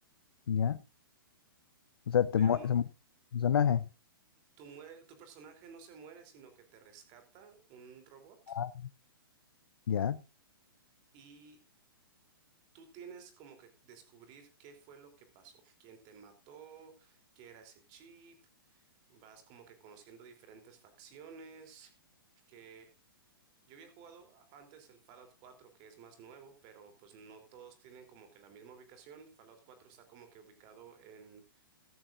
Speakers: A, on the left; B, on the right.
A: Ya. O sea, te
B: pero
A: mue-
B: no,
A: son personajes.
B: tu, mue- tu personaje no se muere, sino que te rescata un robot
A: Ah, ya.
B: y tú tienes como que descubrir qué fue lo que pasó, quién te mató, qué era ese chip, vas como que conociendo diferentes facciones. que Yo había jugado a- antes el Fallout 4, que es más nuevo, pero pues no todos tienen como que la misma ubicación. Fallout 4 está como que ubicado en,